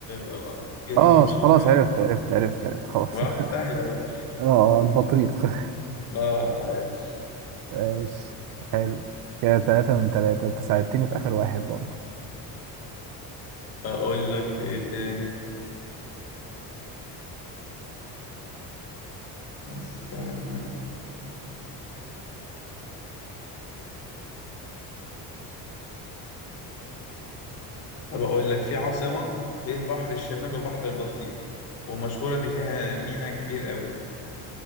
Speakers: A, on the left; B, on the right.
A: القطب الجنوبي
B: اه
A: والشمال
B: خلاص عرفت عرفت عرفت عرفت خلاص
A: اه سهلة
B: <laughs>
A: بقى
B: اه البطريق <laughs>
A: اه عايش
B: ماشي حلو كده تلاتة من تلاتة انت ساعدتني في آخر واحد برضه
A: اقول لك ايه تاني استنى طب اقول لك في عاصمة بين بحر الشمال وبحر البلطيق ومشهورة ان فيها ميناء كبير قوي